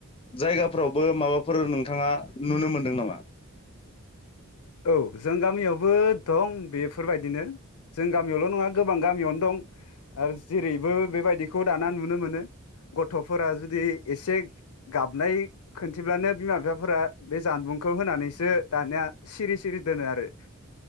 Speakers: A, on the left (about 25°); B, on the left (about 80°).
A: जायगाफ्रावबो माबाफोर नोंथाङा नुनो मोनदों नामा?
B: औ जों गामियावबो दं बेफोरबायदिनो जों गामियावल' नङा गोबां गामियावनो दं आरो जेरैबो बेबायदिखौ दाना नुनो मोनो गथ'फोरा जुदि एसे गाब नाय खोनन्थिबानो बिमा। बिफाफोरा बे जानबुंखौ होनानै। सो दानिया सिरि सिरि दोनो आरो